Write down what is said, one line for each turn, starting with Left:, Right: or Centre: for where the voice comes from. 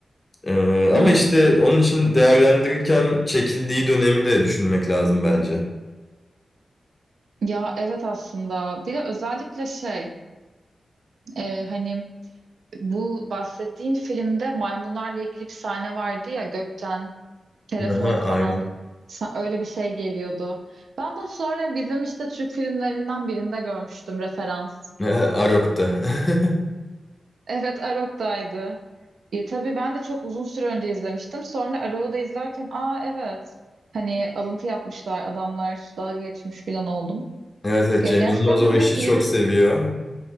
Left: Ee,
Right: Hı
Left: ama
Right: hı.
Left: işte onun için değerlendirirken çekildiği dönemi de düşünmek lazım bence.
Right: Ya evet aslında bir de özellikle şey e, hani bu bahsettiğin filmde maymunlarla ilgili bir sahne vardı ya gökten telefon
Left: Aha,
Right: falan
Left: aynen.
Right: sa- öyle bir şey geliyordu. Ben bunu sonra bizim işte Türk filmlerinden birinde görmüştüm referans.
Left: Aha, Arok'ta. <laughs>
Right: Evet Arok'taydı. E, tabii ben de çok uzun süre önce izlemiştim. Sonra Arok'u da izlerken aa evet hani alıntı yapmışlar adamlar dalga geçmiş falan oldum.
Left: Evet, evet
Right: Ya
Left: Cem
Right: gerçekten
Left: Yılmaz o
Right: demek
Left: işi
Right: ki iyi
Left: çok
Right: bir...
Left: seviyor.